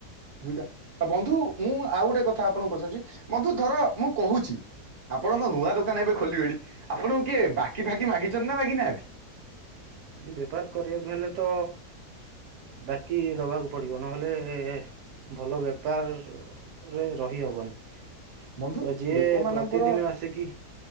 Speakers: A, on the right; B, on the right.
A: ଦୁଇଟା ଆଉ ବନ୍ଧୁ ମୁଁ ଆଉ ଗୋଟେ କଥା ଆପଣଙ୍କୁ ପଚାରୁଛି, ବନ୍ଧୁ ଧର ମୁଁ କହୁଛି ଆପଣ
B: ଆଜ୍ଞା।
A: ତ ନୂଆ ଦୋକାନ ଏବେ ଖୋଲିବେଣି, ଆପଣଙ୍କୁ କିଏ ବାକି ଫାକି ମାଗିଛନ୍ତି ନା ମାଗିନାହାନ୍ତି।
B: ଏ ବେପାର କରିବାକୁ ହେଲେ ତ ବାକି ଦବାକୁ ପଡିବ, ନହେଲେ ଭଲ ବେପାର ରେ ରହିହବନି।
A: ବନ୍ଧୁ
B: ତ ଯିଏ
A: ଲୋକମାନଙ୍କର
B: ପ୍ରତିଦିନ ଆସିକି